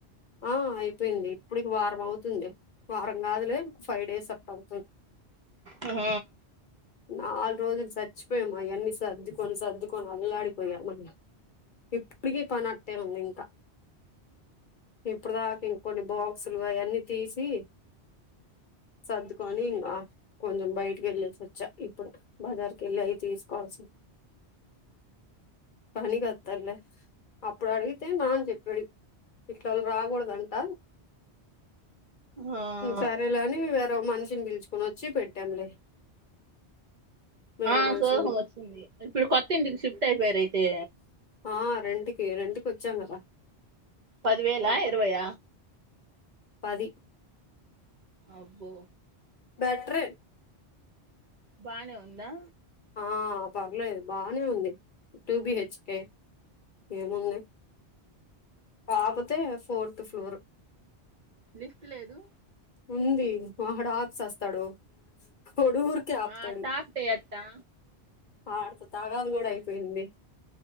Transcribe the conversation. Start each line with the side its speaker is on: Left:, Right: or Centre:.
Left: ఆ అయిపోయింది ఇప్పుటికి వారం అవుతుంది వారం కాదులే ఫైవ్ డేస్ అట్ట అవుతుంది
Right: హ
Left: నాలుగు రోజులు చచ్చిపోయాము అయన్నీ సర్దుకొని సర్దుకొని అల్లాడిపోయా మన ఇప్పుటికి పని అట్టేలా ఉంది ఇంకా ఇప్పుడు దాకా ఇంకొన్ని బాక్సులు అవన్నీ తీసి సదుకోని ఇంగ కొంచెం బయటకి వెళ్ళేసి వచ్చా ఇప్పుడు బజార్కి వెళ్ళి అయి తీసుకోవాల్సి పని కస్తలే అప్పుడు అడిగితే నాన చెప్పాడు ఇట్ల అల్లు రాకూడదంట
Right: ఆ
Left: సరేలేని మనిషిని పిలుచుకుని వచ్చి పెట్టాంలే వేరే
Right: ఆ
Left: మనిషిని
Right: సూదకం వచ్చింది ఇప్పుడు కొత్త ఇంటికి షిఫ్ట్ అయిపోయారు అయితే
Left: ఆ రెంటికి రెంటికీ వచ్చాం కదా
Right: పదివేలా
Left: అప్పుడు
Right: ఇరవైయ
Left: పది
Right: అబ్బో
Left: బెట్రర్
Right: బానే ఉందా
Left: ఆ పర్లేదు బానే ఉంది టూ బిహెచ్కే ఏముంది కాపోతే ఫోర్త్ ఫ్లోరు
Right: లిఫ్ట్ లేదు
Left: ఉంది ఆడ ఆక్స్ వస్తాడు ఒడు ఊరికే ఆపుతాడు
Right: ఆ టాప్ ఎట్టా
Left: ఆడితో తాగాద కూడా అయిపోయింది